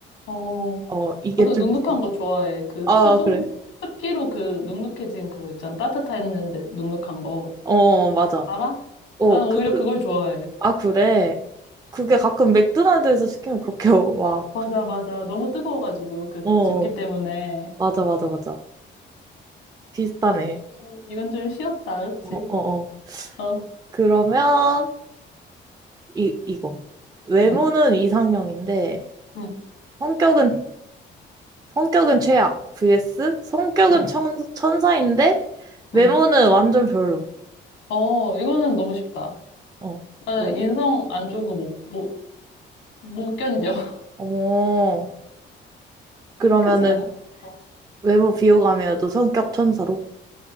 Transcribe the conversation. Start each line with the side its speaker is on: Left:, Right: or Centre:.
Left: 어,
Right: 어 이게
Left: 나도
Right: 좀
Left: 눅눅한
Right: 비싸지.
Left: 거 좋아해. 그
Right: 아
Left: 수증,
Right: 그래.
Left: 습기로 그 눅눅해진 그거 있잖아. 따뜻했는데 눅눅한 거.
Right: 어 맞아.
Left: 알아?
Right: 어
Left: 나는 오히려
Right: 그
Left: 그걸 좋아해.
Right: 아 그래. 그게 가끔 맥도날드에서 시키면 그렇게 <laughs> 와.
Left: 맞아, 맞아. 너무 뜨거워가지고 그
Right: 어 어.
Left: 증기 때문에.
Right: 맞아 맞아 맞아. 비슷하네.
Left: 좀, 이건 좀 쉬었다, 그치?
Right: 어 어 어.
Left: 어,
Right: 그러면 이 이거 외모는
Left: 응,
Right: 이상형인데
Left: 응,
Right: 성격은 성격은 최악 vs 성격은
Left: 응,
Right: 천, 천사인데 외모는
Left: 응.
Right: 완전 별로.
Left: 어, 이거는 너무 쉽다.
Right: 어.
Left: 나는
Right: 원래.
Left: 인성 안 좋은 거 못, 못, 못 견뎌. <laughs>
Right: 어, 그러면은
Left: 그렇지 않아? 어,
Right: 외모 비호감이어도 성격 천사로?